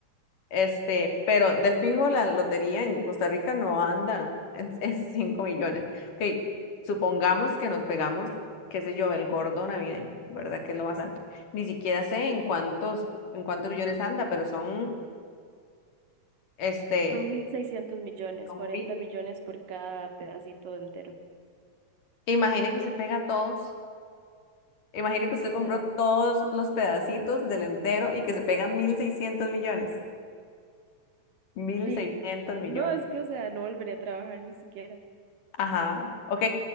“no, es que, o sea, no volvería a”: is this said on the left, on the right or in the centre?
Right